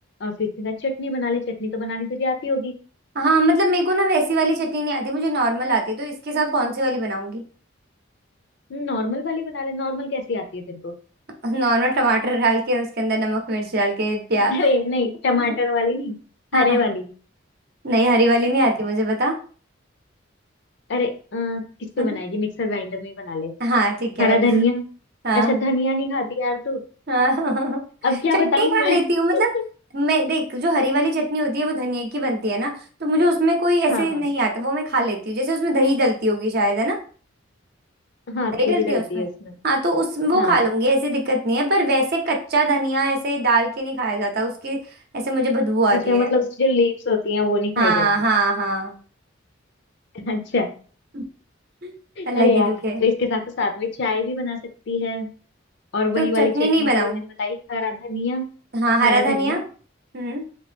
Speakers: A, on the left; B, on the right.
A: और फिर तेरा चटनी बना ले चटनी तो बनानी तुझे आती होगी
B: हाँ मतलब मेरे को ना वैसी वाली चटनी नहीं आती मुझे नॉर्मल आती है तो इसके साथ कौन सी वाली बनाऊंगी
A: नॉर्मल वाली बना ले नॉर्मल कैसी आती है तेरे को
B: <laughs> नॉर्मल टमाटर डाल के उसके अंदर नमक मिर्च डाल के प्याज
A: <laughs> अरे नहीं टमाटर
B: <laughs>
A: वाली नहीं
B: हाँ
A: हरे वाली
B: नहीं हरी वाली नहीं आती मुझे बता
A: अरे अ, किस पे
B: <laughs>
A: बनाएगी मिक्सर ग्राइंडर में ही बना ले
B: हाँ ठीक है
A: हरा
B: बता
A: धनिया
B: हाँ
A: अच्छा धनिया नहीं खाती यार तू
B: हाँ <laughs>
A: अब क्या
B: चटनी
A: बताऊं
B: खा
A: मैं
B: लेती हूँ मतलब
A: <laughs>
B: मैं देख जो हरी वाली चटनी होती है वो धनिया की बनती है ना तो मुझे उसमें कोई ऐसे
A: हाँ हाँ
B: नहीं आता वो मैं खा लेती हूँ जैसे उसमें दही डलती होगी शायद है ना
A: हाँ
B: नहीं
A: दही
B: डलती
A: भी डलती
B: है उसमें
A: है उसमें
B: हाँ तो उस वो
A: हाँ
B: खा लूंगी ऐसी दिक्कत नहीं है पर वैसे कच्चा धनिया ऐसे डाल के नहीं खाया जाता उसकी ऐसे मुझे बदबू आती
A: अच्छा
B: है
A: मतलब उसकी जो लीव्स होती हैं वो नहीं खाई
B: हाँ
A: जाती
B: हाँ हाँ
A: <laughs> अच्छा
B: <laughs> अलग
A: अरे
B: ही
A: यार
B: दुख है
A: तो इसके साथ तो साथ में चाय भी बना सकती है और वही
B: तो
A: वाली
B: चटनी
A: चटनी
B: नहीं बनाऊं
A: जो अभी मैंने बताई हरा धनिया
B: हाँ हरा
A: हरा
B: धनिया
A: धनिया
B: हम्म